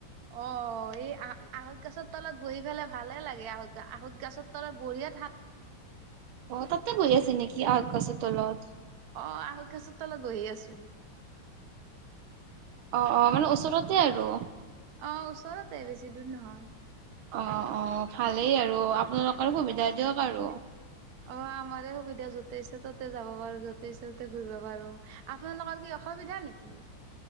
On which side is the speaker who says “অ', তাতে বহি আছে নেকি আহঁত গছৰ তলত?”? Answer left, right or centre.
Right